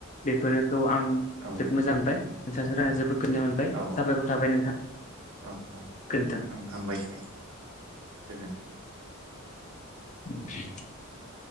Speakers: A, on the left; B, on the right.
A: बेफोरो खौ आं
B: औ
A: जोब मोजां मोनबाय नोंथां‌जों राइलायना जोबोद गोजोननाय मोनबाय
B: औ
A: साबायखर थाबाय नोंथां
B: औ
A: गोजोन्थों।
B: ओं हामबायसै गोजोन
A: <unintelligible>